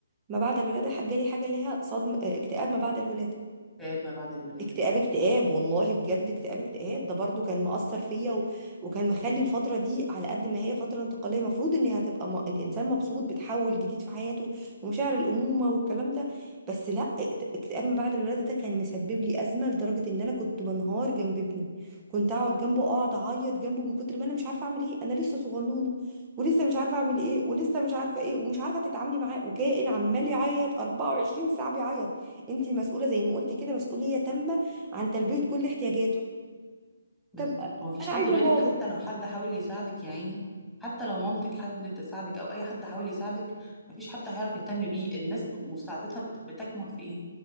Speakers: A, on the right; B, in the centre.
A: ما بعد الولاده جالي حاجه اللي هي صدم آه، اكتئاب ما بعد الولاده
B: اكتئاب ما بعد الولاده
A: اكتئاب
B: اه
A: اكتئاب والله بجد اكتئاب اكتئاب ده برضو كان مأثر
B: مم.
A: فيا و... وكان مخلي الفترة دي على قد ما هي فترة انتقالية المفروض ان هي هتبقى م... الانسان مبسوط بتحول جديد في حياته ومشاعر الأمومة والكلام ده بس لا اكت- اكتئاب من بعد الولادة ده كان مسبب لي أزمة لدرجة ان انا كنت منهار جنب ابني كنت اقعد جنبه اقعد اعيط جنبه من كتر ما انا مش عارفة اعمل ايه انا لسه صغنونة ولسه مش عارفة اعمل ايه ولسه مش عارفة ايه ومش عارفة تتعاملي معاه وكائن عمال يعيط 24 ساعة بيعيط انت مسؤوله زي ما قلتي كده مسؤوليه تامه عن تلبيه كل احتياجاته
B: بالظبط
A: طب
B: مفيش
A: انا
B: حد
A: عايزه
B: غيرك
A: ماما
B: حتى لو حد حاول يساعدك يا عيني حتى لو مامتك حاولت تساعدك او اي حد حاول يساعدك مفيش حد هيعرف يهتم بيه الناس ب- مساعدتها بت- بتكمن في ايه